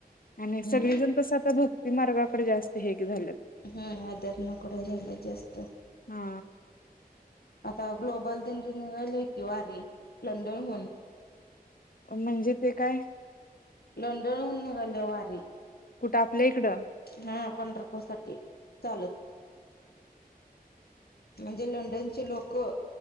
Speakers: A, on the left; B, on the left.
A: आणि
B: हम्म
A: सगळीजण कस आता भक्ती मार्गाकडे जास्त हे झालेत
B: हं अध्यात्माकडं झालेत जास्त
A: हा
B: आता ग्लोबल दिंडी निघाली आहे की वारी लंडनहून
A: म्हणजे ते काय?
B: लंडनहून निघाली वारी
A: कुठं आपल्या इकडं
B: हा पंढरपूर साठी चालत म्हणजे लंडनची लोकं